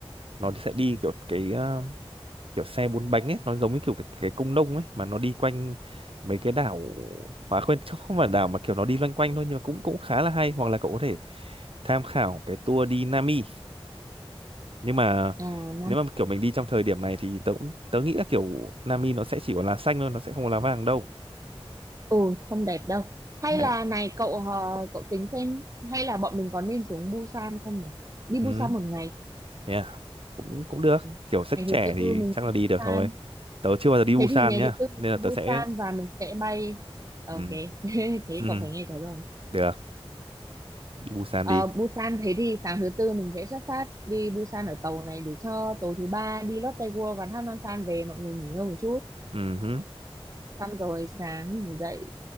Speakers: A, on the right; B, on the right.
A: nó sẽ đi kiểu cái ờ, kiểu xe bốn bánh ấy nó giống như kiểu cái, cái công nông ấy mà nó đi quanh mấy cái đảo mà quên chứ không phải đảo mà kiểu nó đi loanh quanh thôi nhưng mà cũng cũng khá là hay hoặc là cậu có thể tham khảo cái tour đi Nami nhưng mà
B: à Nam
A: nếu mà kiểu mình đi trong thời điểm này thì tớ cũng tớ nghĩ là kiểu Nami nó sẽ chỉ có lá xanh thôi nó sẽ không có lá vàng đâu
B: ừ không đẹp đâu hay
A: đấy
B: là này cậu ờ, cậu tính xem hay là bọn mình có nên xuống Busan không nhỉ đi
A: ừ
B: Busan một ngày
A: yeah. cũng cũng được
B: Ừ.
A: kiểu sức
B: ngày
A: trẻ
B: thứ tư
A: thì
B: mình
A: chắc
B: đi
A: là đi
B: Busan
A: được thôi tớ chưa bao giờ đi Busan
B: thế thì ngày
A: nhá
B: thứ tư mình
A: nên là
B: đi
A: tớ
B: Busan
A: sẽ
B: và mình sẽ bay ok
A: ừ,
B: <laughs> thế
A: ừ.
B: cậu phải nghe tớ rồi
A: được đi Busan
B: Ờ,
A: đi
B: Busan thế thì sáng thứ tư mình sẽ xuất phát đi Busan ở tàu này để cho tối thứ ba đi Lotte World và Hanwha-san về mọi người nghỉ ngơi một chút.
A: ừ
B: Xong rồi sáng mình dậy